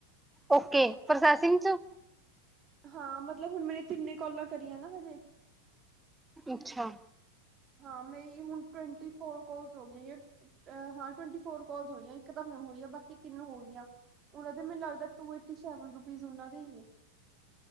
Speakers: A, in the centre; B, on the right (about 30°).
A: Okay processing ਚ।
B: ਹਾਂ ਮਤਲਬ ਹੁਣ ਮੈਂ ਤਿੰਨੇ ਕਾਲਾਂ ਕਰੀਆਂ ਨਾ ਹਜੇ।
A: ਅੱਛਾ।
B: ਹਾਂ। ਮੇਰੀ ਹੁਣ ਟਵੰਟੀ ਫੋਰ ਕੋਲਸ ਹੋ ਗਈਆਂ ਹਾਂ ਟਵੰਟੀ ਫੋਰ ਕੋਲਸ ਹੋਈਆਂ ਇੱਕ ਦਮ। ਹੋਈ ਆ। ਬਾਕੀ ਤਿੰਨ ਹੋ ਗਈਆਂ, ਉਹਨਾਂ ਦੇ ਮੈਨੂੰ ਲੱਗਦਾ ਟੂ ਏਟੀ ਸੈਵਨ ਰੁਪੀਜ਼ ਉਹਨਾਂ ਦੇ ਹੀ ਨੇ।